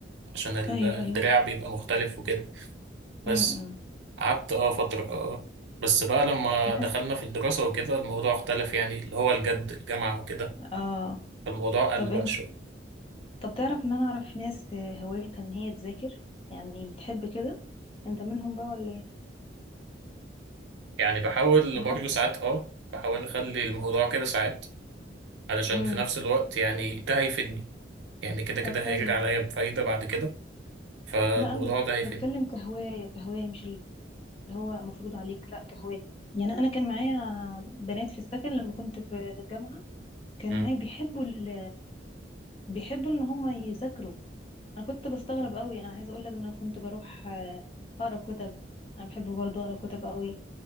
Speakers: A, on the right; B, on the left.
A: عشان ال-
B: ايوه
A: الدراع
B: ايوه
A: بيبقى مختلف وكده بس
B: امم
A: قعدت اه فترة اه بس بقى لما
B: بحس
A: دخلنا في الدراسة وكده الموضوع اختلف يعني اللي هو الجد الجامعة وكده
B: اه
A: فالموضوع قل
B: طب
A: بقى
B: انت
A: شوية
B: طب تعرف ان انا اعرف ناس آه، هوايتها ان هي تذاكر يعني بتحب كده انت منهم بقى ولا ايه
A: يعني بحاول
B: انا
A: برضه
B: حاسه
A: ساعات اه بحاول أخلي الموضوع كده ساعات علشان
B: امم
A: في نفس الوقت يعني ده هيفيدني يعني كده كده
B: طب حلو
A: هيرجع عليا بفايدة بعد كده فالموضوع
B: لا انا بت...
A: ده هيفيدني
B: بتكلم كهوايه كهوايه مش اللي هو مفروض عليك لا كهوايه يعني انا كان معايا بنات في السكن لما كنت في في الجامعه كانوا
A: مم.
B: معايا بيحبوا ال... بيحبوا ان هم يذاكروا انا كنت بستغرب قوي انا عايزه اقول لك ان انا كنت بروح آه، اقرا كتب انا بحب برضه اقرا كتب قوي